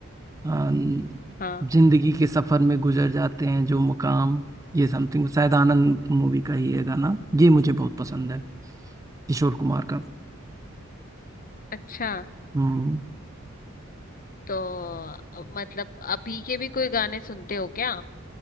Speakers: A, on the right (about 15°); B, on the left (about 40°).
A: अम,
B: हाँ
A: जिंदगी के सफर में गुजर जाते हैं जो मुकाम ये समथिंग शायद आनंद मूवी का ही है गाना ये मुझे बहुत पसंद है किशोर कुमार का
B: अच्छा
A: हम्म
B: तो अ, मतलब अभी के भी कोई गाने सुनते हो क्या